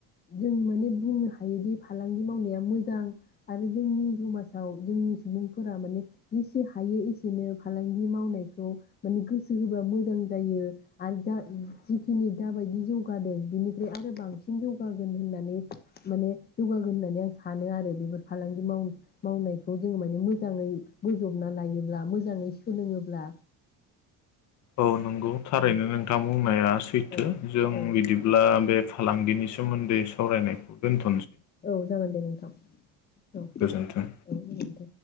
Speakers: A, on the left; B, on the left.
A: जों माने बुंनो हायोदि फालांगि मावनाया मोजां आरो जोंनि समाजाव जोंनि सुबुंफोरा माने जेसे हायो एसेनो फालांगि मावनायखौ माने गोसो होबा मोजां जायो आरो दा जिखिनि दाबायदि जौगादों बेनिफ्राय आरो बांसिन बांसिन जौगागोन होननानै माने जौगागोन होननानै आं सानो आरो बेफोर फालांगि माव-मावनायखौ जोङो माने मोजाङै बोजबना लायोब्ला मोजाङै सोलोङोब्ला
B: औ नंगौ थारैनो
A: औ
B: नोंथां बुं या सैथो
A: औ
B: जों
A: औ
B: बिदिब्ला बे फालांगिनि सोमोन्दै सावरायनायखौ दोनथ'
A: औ जागोन दे नोंथां। औ
B: गोजोन्थों।
A: औ गोजोनथों